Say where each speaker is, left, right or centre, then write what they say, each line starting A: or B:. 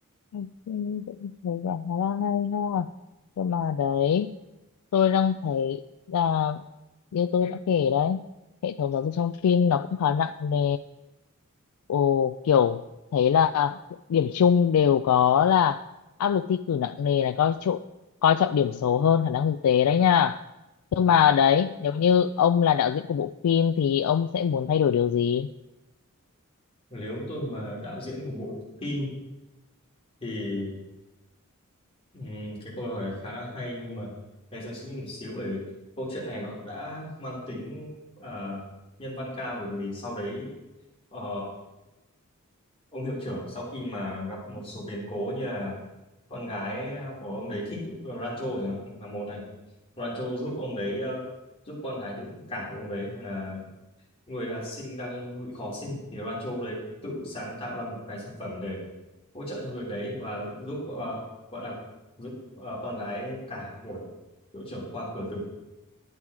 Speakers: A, on the left (about 85°); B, on the left (about 25°).
A: thấy- cũng thấy là khá là hay ha. Nhưng mà đấy, tôi đang thấy là như tôi đã kể đấy, hệ thống giáo dục trong phim nó cũng khá nặng nề. Ồ, kiểu thấy là điểm chung đều có là áp lực thi cử nặng nề này coi trọng coi trọng điểm số hơn khả năng thực tế đấy nha. Nhưng
B: Ừ.
A: mà đấy, nếu như ông là đạo diễn của bộ phim thì ông sẽ muốn thay đổi điều gì?
B: nếu tôi mà đạo diễn của bộ phim thì Ừ, cái câu hỏi này khá là hay nhưng mà em sẽ suy nghĩ một xíu bởi vì câu chuyện này nó đã mang tính ờ, nhân văn cao bởi vì sau đấy ờ, ông hiệu trưởng sau khi mà gặp một số biến cố như là con gái của ông đấy thích Rancho chẳng hạn là một này Rancho giúp ông đấy ờ, giúp con gái tự cả của ông đấy nên là người là sinh đang bị khó sinh thì Rancho đấy tự sáng tạo ra một cái sản phẩm để hỗ trợ trong việc đấy và giúp ờ, gọi là giúp ờ, con gái cả của hiệu trưởng qua cửa tử